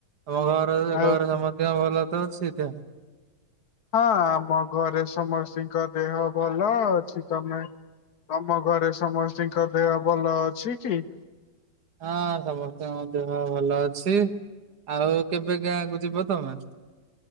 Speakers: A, on the right; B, on the left.
A: ତମ ଘର
B: ଆଉ
A: ଘରେ
B: ହଁ
A: ସମସ୍ତିଙ୍କ ଭଲ ତ ଅଛି ଦେହ?
B: ହଁ ଆମ ଘରେ ସମସ୍ତିଙ୍କ ଦେହ ଭଲ ଅଛି। ତମେ ତମ ଘରେ ସମସ୍ତିଙ୍କ ଦେହ ଭଲ ଅଛି କି?
A: ହଁ ସମସ୍ତଙ୍କ ଦେହ ଭଲ ଅଛି। ଆଉ କେବେ ଗାଁକୁ ଯିବ ତମେ?